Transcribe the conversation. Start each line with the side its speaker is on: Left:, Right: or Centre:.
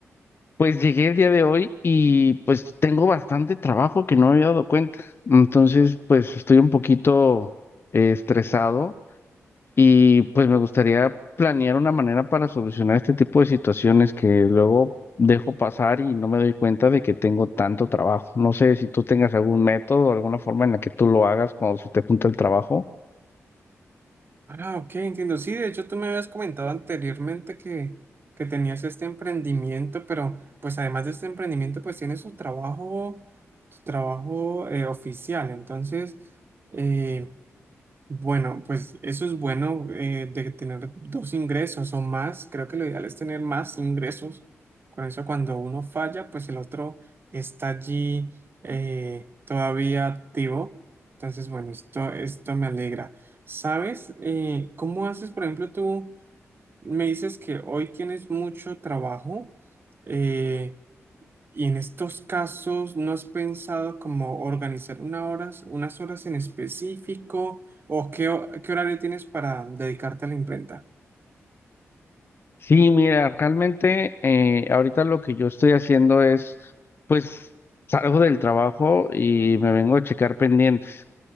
Left: Pues llegué el día de hoy y pues tengo bastante trabajo que no me había dado cuenta. Entonces, pues estoy un poquito eh, estresado y pues me gustaría planear una manera para solucionar este tipo de situaciones que luego dejo pasar y no me doy cuenta de que tengo tanto trabajo. No sé si tú tengas algún método o alguna forma en la que tú lo hagas cuando se te junta el trabajo.
Right: Ah, ok, entiendo. Sí, de hecho tú me habías comentado anteriormente que, que tenías este emprendimiento, pero pues además de este emprendimiento, pues tienes tu trabajo, tu trabajo eh, oficial. Entonces, eh, Bueno, pues eso es bueno eh, de tener dos ingresos o más. Creo que lo ideal es tener más ingresos. Con eso, cuando uno falla, pues el otro está allí eh, todavía activo. Entonces, bueno, esto, esto me alegra. ¿Sabes eh, cómo haces, por ejemplo, tú me dices que hoy tienes mucho trabajo? eh, y en estos casos, ¿no has pensado como organizar una horas, unas horas en específico o qué, ho- qué horario tienes para dedicarte a la imprenta?
Left: Sí, mira, realmente eh, ahorita lo que yo estoy haciendo es, pues salgo del trabajo y me vengo a checar pendientes.